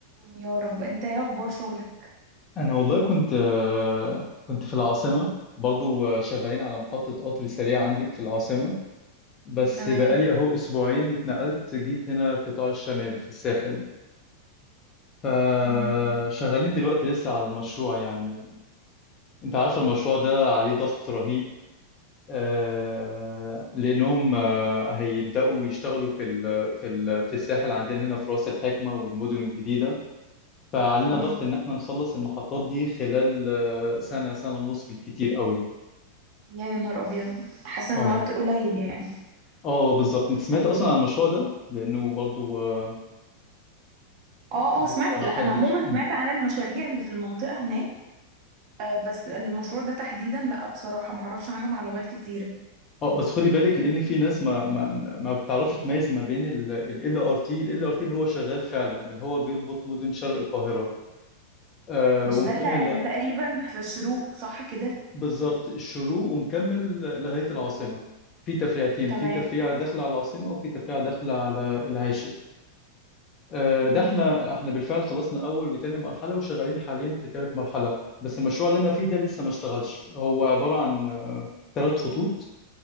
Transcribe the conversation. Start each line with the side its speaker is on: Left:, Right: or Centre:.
Right: يا رب انت ايه اخبار شغلك
Left: انا والله كنت آه، كنت في العاصمه برضو آه، شغالين على محطه قطر سريع عندك في العاصمه بس
Right: تمام
Left: بقالي اهو اسبوعين اتنقلت جيت هنا قطاع الشمال في الساحل فشغالين
Right: مم.
Left: دلوقتي لسه على المشروع يعني انت عارف المشروع ده عليه ضغط رهيب آه، لانهم آه، هيبداوا يشتغلوا في ال في ال في الساحل عندنا هنا في راس الحكمه والمدن الجديده فعلينا
Right: مم.
Left: ضغط ان احنا نخلص المحطات دي خلال آه، سنه سنه ونص بالكتير قوي
Right: يا نهار ابيض حاسه
Left: اه
Right: ان الوقت قليل يعني
Left: اه بالظبط انت سمعت اصلا عن المشروع ده لانه برضو آه،
Right: اه
Left: لسه
Right: اه سمعت
Left: ما
Right: لا
Left: حدش
Right: انا عموما
Left: اه
Right: سمعت عن المشاريع اللي في المنطقه هناك آه بس المشروع ده تحديدا لا بصراحه ما اعرفش عنه معلومات كتيره
Left: آه، بس خدي بالك لان في ناس ما ما ما ما بتعرفش تميز ما بين ال ار تي ال ار تي اللي هو شغال فعلا اللي هو بيربط مدن شرق القاهره آه
Right: مش
Left: ومكمل
Right: ده اللي
Left: ل-
Right: اللي تقريبا في شروق صح كده
Left: بالظبط الشروق ومكمل لغايه العاصمه في تفريعتين
Right: تمام
Left: في تفريعه داخله على العاصمه وفي تفريعه داخله على العاشر آه،
Right: مم.
Left: ده احنا احنا بالفعل خلصنا اول وتاني مرحله وشغالين حاليا في تالت مرحله بس المشروع اللي انا فيه ده لسه ما اشتغلش هو عباره عن آه، تلات خطوط